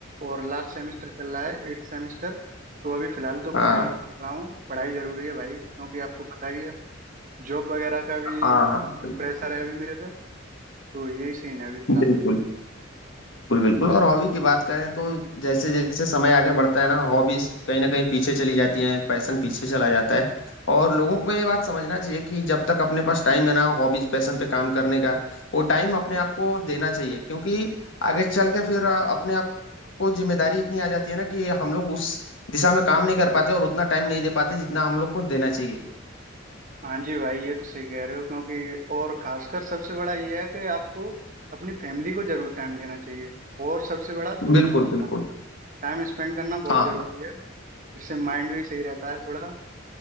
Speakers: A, on the right; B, on the left.
A: और लास्ट सेमेस्टर चल रहा है एट सेमेस्टर तो अभी फिलहाल तो
B: हाँ
A: पढ़ाई भी कर रहा हूँ पढ़ाई जरूरी है भाई क्योंकि आपको पता ही है जॉब वगैरह का भी
B: हाँ हाँ
A: प्रेशर
B: बिल्कुल
A: है अभी मेरे पे तो यही सीन है अभी फिलहाल
B: बिल्कुल
A: तो।
B: स्कूल और हॉबी की बात करें तो जैसे जैसे समय आगे बढ़ता है ना हॉबीज कहीं ना कहीं पीछे चली जाती हैं पैशन पीछे चला जाता है और लोगों को ये बात समझना चाहिए कि जब तक अपने पास टाइम है ना हॉबीज पैशन पे काम करने का वो टाइम अपने आप को देना चाहिए क्योंकि आगे चल के फिर अ, अपने आप को जिम्मेदारी इतनी आ जाती है ना कि हम लोग उस दिशा में काम नहीं कर पाते और उतना टाइम नहीं दे पाते जितना हम लोग को देना चाहिए
A: हाँ जी भाई ये तो सही कह रहे हो क्योंकि और खासकर सबसे बड़ा ये है कि आपको अपनी फैमिली को जरूर टाइम देना चाहिए और सबसे बड़ा दोस्तों
B: बिल्कुल
A: के साथ
B: बिल्कुल
A: टाइम स्पेंड करना बहुत
B: हाँ
A: जरूरी
B: हाँ,
A: है इससे माइंड भी सही रहता है थोड़ा